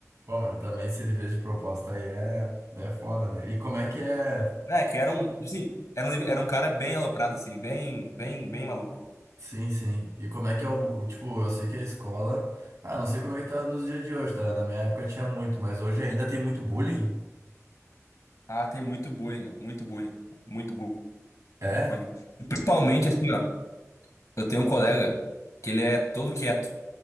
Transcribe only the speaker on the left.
Não, é que era um, tipo assim, era um, deve- era um cara bem aloprado, assim, bem, bem, bem maluco.
Ah, tem muito bullying, mano, muito bullying, muito bu-
bullying. E principalmente, assim, ó, eu tenho um colega que ele é todo quieto.